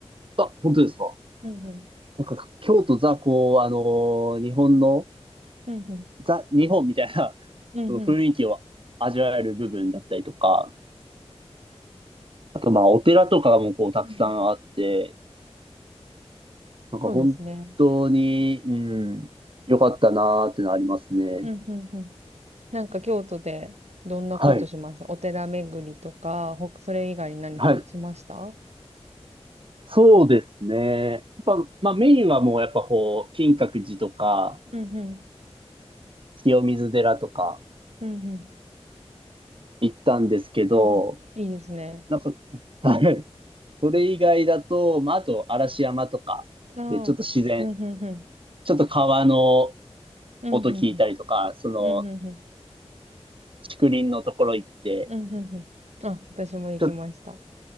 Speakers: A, on the right; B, on the right.
A: あ、本当ですか。
B: うんうん。
A: なんか、京都ザ、こう、あのー日本の、
B: うんうん。
A: ザ、日本みたいな <laughs>
B: うんうん。
A: その雰囲気を味わえる部分だったりとか、あと、まあ、お寺とかもこう、たくさんあって、
B: うんうん。
A: なんか本当に、
B: そうですね。
A: うん、良かったなーってのありますね。
B: うんうんうん。なんか京都でどんなことしましたお寺巡りとか、
A: はい。
B: ほそれ以外に何かしました
A: はい。そうですね。やっぱ、まあメインはもうやっぱこう、金閣寺とか、
B: うんうん。
A: 清水寺とか
B: うんうん。
A: 行ったんですけど、
B: うんうん。いいですね。
A: なんか、<laughs> はい。それ以外だと、まああと嵐山とか、
B: ああ、
A: で、ちょっと自然、
B: うん、ふんふん。
A: ちょっと川の
B: うん、
A: 音聞いたりとか、
B: ふんふん。
A: その、
B: うん、ふんふん。
A: 竹林のところ行って、
B: うん、ふんふん。あ、私も行きました。
A: ちょっと